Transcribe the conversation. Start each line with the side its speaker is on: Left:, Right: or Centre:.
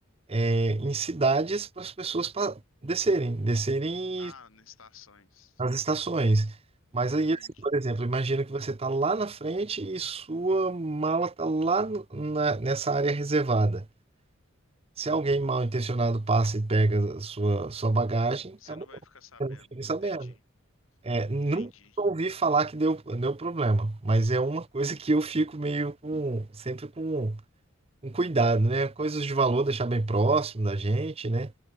Right: é, em cidades para as pessoas pa- descerem, descerem
Left: Ah, nas estações.
Right: as estações. Mas aí,
Left: Entendi.
Right: assim, por exemplo, imagina que você está lá na frente e sua mala está lá no- na- nessa área reservada. Se alguém mal intencionado passa e pega a sua, sua bagagem,
Left: Você
Right: acabou.
Left: não vai ficar sabendo.
Right: Eu não fiquei sabendo.
Left: Entendi.
Right: É, nunca
Left: Entendi.
Right: ouvi falar que deu, deu problema, mas é uma coisa que eu fico meio com, sempre com, com cuidado, né? Coisas de valor, deixar bem próximo da gente, né?